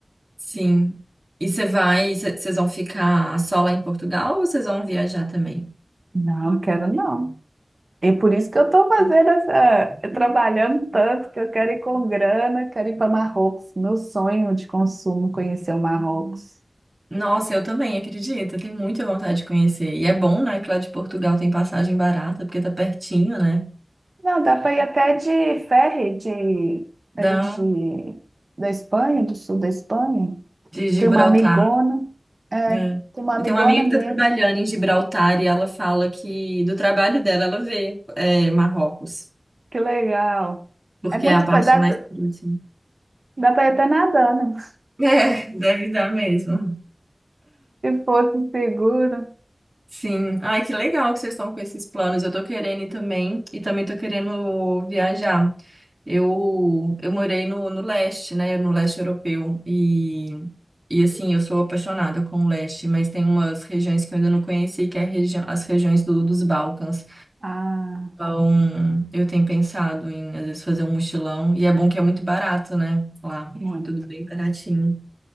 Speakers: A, on the right; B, on the right.
A: sim. E você vai, cê- vocês vão ficar só lá em Portugal ou vocês vão viajar também?
B: Não, quero não. E por isso que eu estou fazendo essa, trabalhando tanto, que eu quero ir com grana, quero ir para Marrocos. Meu sonho de consumo, conhecer o Marrocos.
A: Nossa, eu também, acredito, eu tenho muita vontade de conhecer. E é bom, né, que lá de Portugal tem passagem barata, porque tá pertinho, né,
B: Não, dá para ir até de ferry, de,
A: da,
B: ali de, da Espanha, do sul da Espanha.
A: de Gibraltar.
B: Tem uma amigona, é,
A: É.
B: tem uma
A: Eu
B: amigona
A: tenho uma amiga que
B: minha,
A: tá trabalhando em Gibraltar e ela fala que do trabalho dela ela vê é, Marrocos.
B: que legal.
A: porque
B: É muito,
A: é a
B: pe-
A: parte
B: dá,
A: mais próxima.
B: dá para ir até nadando,
A: É, deve dar mesmo.
B: <laughs> se fosse seguro.
A: Sim. Ai, que legal que vocês estão com esses planos. Eu tô querendo ir também, e também tô querendo viajar. Eu, eu morei no, no leste, né? Eu no leste europeu. E, e assim, eu sou apaixonada com o leste, mas tem umas regiões que eu ainda não conheci, que é a regi as regiões do, dos Balcãs.
B: Ah,
A: Então, eu tenho pensado em, às vezes, fazer um mochilão. E é bom que é muito barato, né? Lá,
B: muito.
A: é tudo bem baratinho.